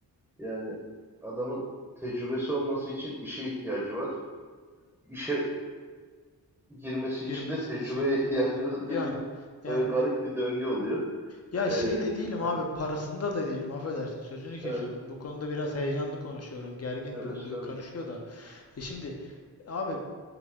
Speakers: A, in the centre; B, on the left (about 40°).
A: Yani adamın tecrübesi olması için işe ihtiyacı var. İşe girmesi
B: girmesi
A: için de tecrübeye
B: için e,
A: ihtiyacı var. <laughs>
B: yani
A: Ne bileyim.
B: yani
A: Böyle garip bir döngü oluyor.
B: Ya
A: Ee,
B: şey de değilim
A: heh,
B: abi parasında da değilim affedersin sözünü kesiyorum.
A: evet.
B: Bu konuda biraz heyecanlı konuşuyorum gergin
A: Yo,
B: de oluyor
A: estağfurullah.
B: karışıyor da. E şimdi abi